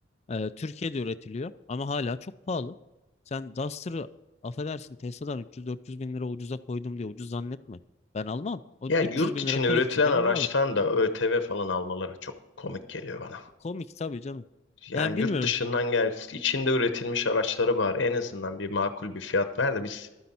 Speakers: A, on the left (about 30°); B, on the left (about 60°).
A: Ee, Türkiye'de üretiliyor ama hala çok pahalı. Sen Duster'ı affedersin Tesla'dan 300-400 bin lira ucuza koydum diye ucuz zannetme. Ben almam. O
B: Yani
A: da 300
B: yurt
A: bin
B: içinde
A: lira kredi
B: üretilen
A: çeker
B: araçtan
A: onu alırım.
B: da ÖTV falan almaları çok komik geliyor bana.
A: Komik tabii canım.
B: Yani
A: Yani bilmiyorum
B: yurt dışından gel, içinde üretilmiş araçları bari en azından bir makul bir fiyat ver de biz